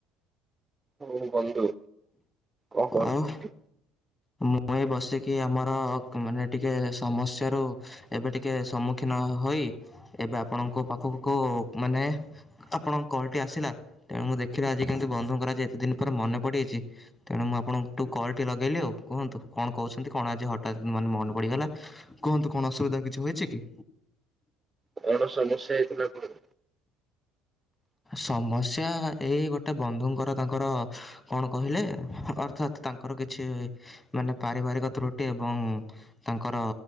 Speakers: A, on the right; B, on the left.
A: ହଉ ବନ୍ଧୁ କଣ କରୁଚୁ?
B: ଆଉ ମୁଁ ଏଇ ବସିକି ଆମର ମାନେ ଟିକେ ସମସ୍ୟାରୁ ଏବେ ଟିକେ ସମ୍ମୁଖୀନ ହୋଇ ଇ ଏବେ ଆପଣଙ୍କ ପାଖକୁ ମାନେ ଆପଣଙ୍କ କଲ୍ ଟି ଆସିଲା ତେଣୁ ମୁଁ ଦେଖିଲି ଆଜି କେନ୍ତୀ ବନ୍ଧୁଙ୍କର ଆଜି ଏତେ ଦିନ ପରେ ମନେ ପଡ଼ିଛି, ତେଣୁ ମୁଁ ଆପଣଙ୍କୁୁ କଲ୍ ଟି ଲଗେଇଲି ଆଉ। କୁହନ୍ତୁ? କଣ କହୁଛନ୍ତି କଣ ଆଜି ହଠାତ୍ କିନ୍ତୁ ମାନେ ମନେ ପଡିଗଲା। କୁହନ୍ତୁ କଣ ଅସୁବିଧା କିଛି ହୋଇଛି କି?
A: କଣ ସମସ୍ୟା ହେଇଥିଲା ତ? ହ
B: ସମସ୍ୟା ଏଇ ଗୋଟେ ବନ୍ଧୁଙ୍କର ତାଙ୍କର କଣ କହିଲେ ଅର୍ଥାତ୍ ତା ତାଙ୍କର କିଛି ମାନେ ପାରିବାରିକ ତ୍ରୁଟି ଏବଂ ତାଙ୍କର